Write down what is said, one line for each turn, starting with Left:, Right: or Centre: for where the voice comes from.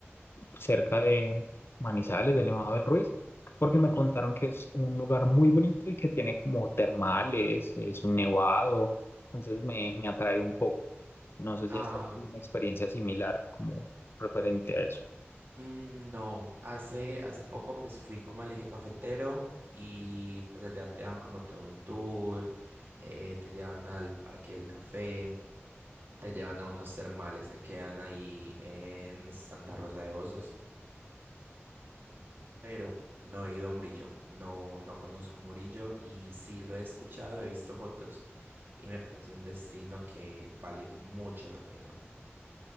Left: cerca de Manizales, del Nevado del Ruiz, porque me
Right: Ujú,
Left: contaron que es un lugar muy bonito y que tiene como termales, es un nevado, entonces me, me atrae un poco. No sé
Right: Ah,
Left: si has tenido
Right: ok.
Left: una experiencia similar como referente a eso.
Right: Mm, no, hace, hace poco pues fui como al Eje Cafetero y pues allá te dan como todo un tour, eh, te llevan al Parque del Café, te llevan a unos termales que quedan ahí en Santa Rosa de Osos. pero no he ido a Murillo, no, no conozco Murillo y sí lo he escuchado, he visto fotos y me parece un destino que vale mucho la pena.